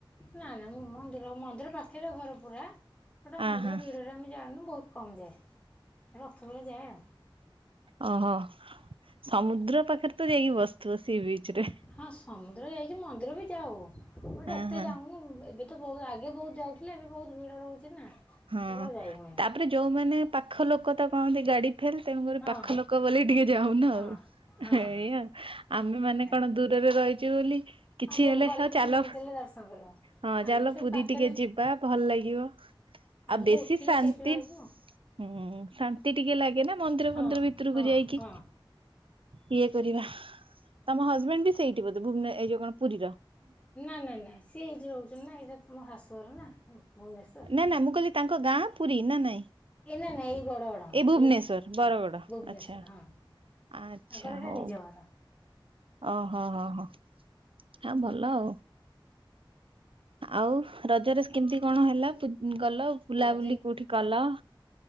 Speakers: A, on the left; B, on the right.
A: ନା ନା ମୁଁ ମନ୍ଦିର ମନ୍ଦିର ପାଖରେ ଘର ପୁରା। ଗୋଟେ ମନ୍ଦିର
B: ଆଁ ହଁ
A: ଭିଡରେ ଆମେ ଯାଉନୁ। ବହୁତ କମ ଯାଏ ରଥ ବଳେ ଯାଏ ଆଉ।
B: ଓହୋ ସମୁଦ୍ର ପାଖରେ ତ ଯାଇକି ବସଥିବ ସି ବିଚ୍ ରେ।
A: ହଁ ସମୁଦ୍ର ଯାଇଛି ମନ୍ଦିର ବି ଯାଉ। ଗୋଟେ
B: ହଁ
A: ଏତେ
B: ହଁ
A: ଯାଉନୁ ଏବେ ତ ବହୁତ ଆଗେ ବହୁତ ଯାଉ। ଥିଲେ ବି ବହୁତ ଭିଡ ରହୁଛି ନା।
B: ହଁ
A: କେବେ ଆଉ ଯାଇ ହଉନି।
B: ତାପରେ ଯୋଉମାନେ ପାଖ ଲୋକ ତ କହନ୍ତି ଗାଡି ଫେଲ ତେଣୁ କରି
A: ହଁ
B: ପାଖ
A: ହଁ
B: ଲୋକ ବୋଲି ଟିକେ ଯାଉନ
A: ହଁ
B: ଆଉ।
A: ହଁ
B: ଏଇଆଉ
A: ହଁ
B: ଆମେ ମାନେ
A: ଆଜ୍ଞା
B: କଣ ଦୂର ରହିଛି ବୋଲି କିଛି
A: ହଁ ଯେମ
B: ହେଲେ
A: ଗଲେ
B: ହଉ
A: ମାନେ
B: ଚାଲ
A: ଯେମିତି ହେଲେ ଦର୍ଶନ କରିବ।
B: ହଁ
A: ଆମର
B: ଚାଲ
A: ସେ
B: ପୁରୀ
A: ପାଖରେ
B: ଟିକେ ଯିବା। ଭଲ ଲାଗିବ। ଆଉ
A: ଆମେ ତ
B: ବେଶୀ
A: ଉଠିଲେ
B: ଶାନ୍ତି
A: ସେଇଠି ରହିବୁ।
B: ହୁଁ ଶାନ୍ତି ଟିକେ ଲାଗେ ନା ମନ୍ଦିର
A: ହଁ
B: ଫନ୍ଦିର ଭିତରକୁ
A: ହଁ
B: ଯାଇକି
A: ହଁ।
B: ଇଏ କରିବା ତମ ହଜବେଣ୍ଡ ବି ସେଇଠି ବୋଧେ ଭୁବନ ଏଇ ଯୋଉ କଣ ପୁରୀର
A: ନାଇଁ ନାଇଁ ନାଇଁ ସିଏ ଏଇଠି ରହୁଛନ୍ତି ନା ଏଇଟା ତ ମୋ ଶାଶୁ ଘର ନା ଭୁବନେଶ୍ଵର।
B: ନା ନା ମୁଁ କହିଲି ତାଙ୍କ ଗାଁ ପୁରୀ ନା ନାଇଁ।
A: ଏ ନାଇ ନାଇଁ ଏଇ ବ <inaudible>
B: ଏଇ ଭୁବନେଶ୍ଵର
A: ଏଇଠି
B: ବରଗଡ
A: ହୁଁ ଭୁବନେଶ୍ଵର
B: ଆଚ୍ଛା
A: ହଁ
B: ଆଚ୍ଛା
A: ତାଙ୍କର ଏଇଟା
B: ହଉ
A: ନିଜ ଘର।
B: ଓହୋ ଓହୋ ହ ଭଲ ଆଉ ଆଉ ରଜରେ ସ କେମିତି କଣ ହେଲା ଗଲ ବୁଲାବୁଲି
A: ରଜ
B: କୋଉଠି କଲ